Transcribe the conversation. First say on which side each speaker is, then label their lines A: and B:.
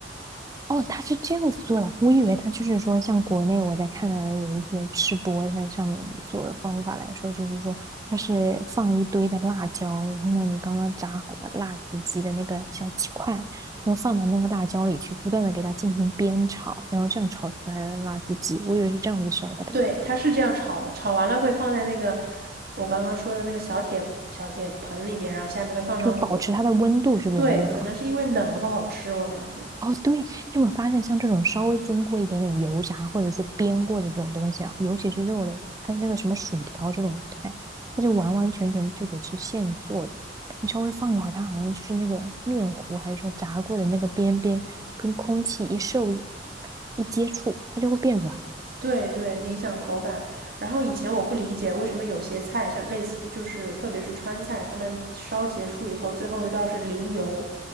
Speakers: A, on the right; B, on the right.
A: 哦，他是这样子做的，我以为他就是说，像国内我在看到的有一些吃播在上面做的方法来说，就是说它是放一堆的辣椒，然后呢，你刚刚炸好的辣子鸡的那个小鸡块，然后放到那个辣椒里去，不断的给它进行煸炒，然后这样炒出来的辣子鸡，我以为是这样子烧的嘞
B: 对，它是这样炒的，炒完了会放在那个我刚刚说的那个小铁小铁盆里面，然后下面会放上火。
A: 就保持它的温度，是不是还是什么？
B: 对，可能是因为冷了不好吃，我感觉。
A: 哦，对，你有没有发现，像这种稍微经过一点点油炸或者是煸过的这种东西啊，尤其是肉类，还有那个什么薯条这种菜，它就完完全全就得是现做的。你稍微放一会儿，它好像就是那个面糊还是说炸过的那个边边跟空气一受一接触，它就会变软。
B: 对对，影响口感。然后以前我不理解为什么有些菜，像类似就是特别是川菜，他们烧结束以后，最后一道是淋油，